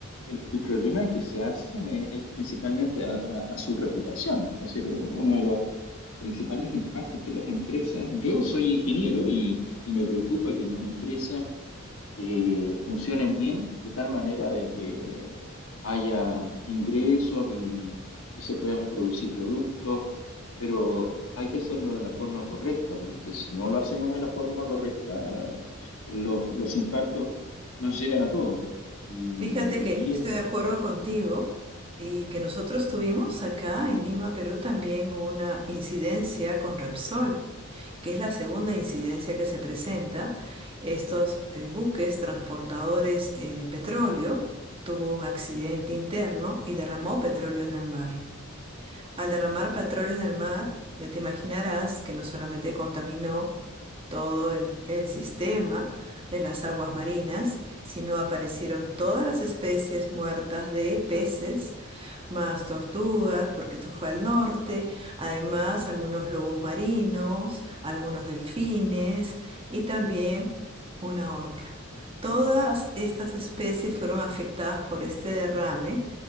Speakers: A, on the left (about 80°); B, on the right (about 25°).
A: El, el problema que se hacen es, es principalmente a, a- a su reputación, es decir, un- uno de los principales impactos que las empresas, yo soy ingeniero y, y me preocupa que las empresas eh, funcionen bien, de tal manera de que haya ingresos y, y se puedan producir productos, pero hay que hacerlo de la forma correcta, porque si no lo hacemos de la forma correcta, los, los impactos nos llegan a todos. Y,
B: Fíjate
A: y
B: que
A: ahí
B: estoy
A: es,
B: de acuerdo contigo y que nosotros tuvimos acá en Lima, Perú, también una incidencia con Repsol. que es la segunda incidencia que se presenta, estos eh, buques transportadores eh, de petróleo tuvo un accidente interno y derramó petróleo en el mar. Al derramar petróleo en el mar, ya te imaginarás que no solamente contaminó todo el, el sistema de las aguas marinas, sino aparecieron todas las especies muertas de peces más tortugas, porque esto fue al norte, además algunos lobos marinos, algunos delfines y también una orca. Todas estas especies fueron afectadas por este derrame